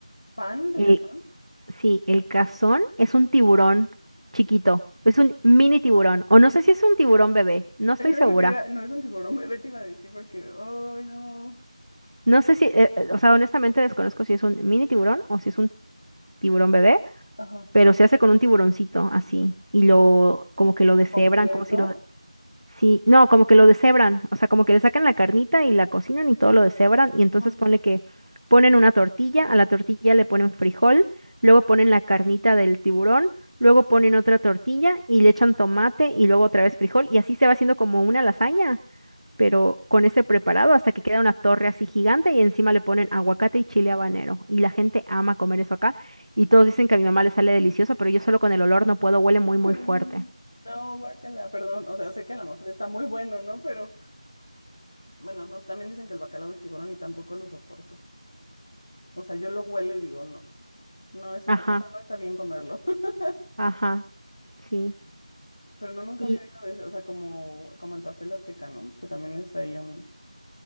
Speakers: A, on the left; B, on the right.
A: Pan
B: El-
A: de café.
B: sí, el cazón es un tiburón chiquito, es un mini tiburón, o no sé si es un tiburón bebé,
A: <laughs>
B: no estoy
A: Es de
B: segura.
A: lo que iba, no es un tiburón, <laughs> me te iba a decir porque, ay, no.
B: No sé si, eh, eh, o sea, honestamente desconozco si es un mini tiburón o si es un tiburón bebé,
A: Ajá.
B: pero se hace con un tiburoncito así y lo, como que lo deshebran,
A: ¿Completo?
B: como si lo, sí, no, como que lo deshebran, o sea, como que le sacan la carnita y la cocinan y todo lo deshebran y entonces
A: Ajá.
B: ponle que ponen una tortilla, a la tortilla le ponen frijol, luego ponen la carnita del tiburón, luego ponen otra tortilla y le echan tomate y luego otra vez frijol y así se va haciendo como una lasaña pero con ese preparado hasta que queda una torre así gigante y encima le ponen aguacate y chile habanero. Y la gente ama comer eso acá y todos dicen que a mi mamá le sale delicioso, pero yo solo con el olor no puedo, huele muy, muy
A: Mm,
B: fuerte.
A: No, guácala, perdón. O sea, sé que a lo mejor está muy bueno, ¿no? Pero bueno, nos también dicen que el bacalao es tiburón y tampoco lo soporto. O sea, yo lo huelo y digo, no, no, eso,
B: Ajá,
A: eso no está bien comerlo. <laughs>
B: ajá, sí.
A: Pero no, nunca
B: Y,
A: había oído de eso. O sea, como, como el pastel azteca, ¿no? Que también es ahí un,